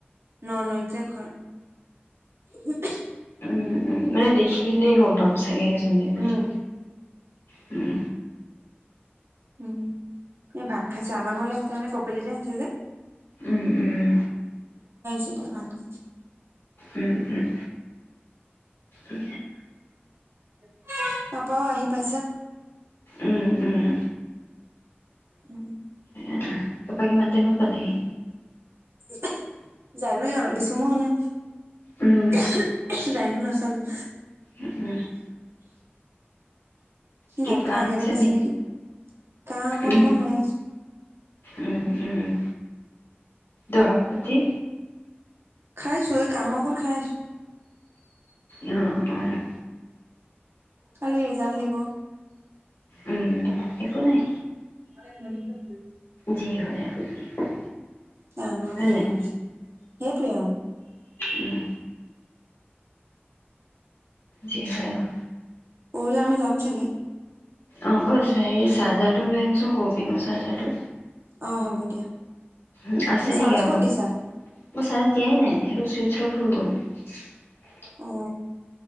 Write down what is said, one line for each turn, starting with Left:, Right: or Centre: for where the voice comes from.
Right: ননৈত যে ঘৰ। উ
Left: উম, উম মানে দেখিলেই গম পাম চাগে এজনী বুলি।
Right: উম
Left: হম।
Right: উম। এই ভাত খাইছে। আমাৰ ঘৰলে আহিছে মানে কপিলিতে হৈছে যে।
Left: উম, উম।
Right: সেইতিয়া ভাত খাইছে।
Left: উম, উম। উ।
Right: <unintelligible> পাপাও আহি পাইছা।
Left: উম, উম।
Right: উম।
Left: উম পাপা কিমান টাইমত পালেহি?
Right: <unintelligible> জানোৱেই অলপ বেছি, মই মানে
Left: উম
Right: <unintelligible> টাইমতটো নাচালোঁ।
Left: উম। কি
Right: ভাত
Left: কাহ
Right: খোৱা আগে
Left: হৈছে
Right: আগে পাইছে নেকি। গা অকন
Left: উম
Right: অকন হৈ আছে।
Left: উম, উম দৰৱ পাতি?
Right: খাইছো এই কাহৰ ঔষধ খাই আছোঁ।
Left: অ, অ।
Right: কালি ৰিজাল্ট দিব।
Left: উম একো নাই।
Right: <unintelligible>
Left: যি হয় আৰু।
Right: জানো
Left: হয়
Right: কি
Left: নাই
Right: হ'ল সেইটোৱে আৰু
Left: উম যি হয় আৰু।
Right: পহিলে আমি যাম চাগে।
Left: অঁ, অঁ, এই <unintelligible> চাৰ্জাৰটো লৈ আহিবিচোন সৰু-পিঙৰ চাৰ্জাৰটো।
Right: অ হ'ব দিয়া।
Left: উ আছে
Right: তুমি
Left: নেকি
Right: চাৰ্জ
Left: আৰু?
Right: ক'ত দিছা?
Left: মই চাৰ্জ দিয়াই নাই সেইটো চুই সব শুই গ'ল।
Right: অ।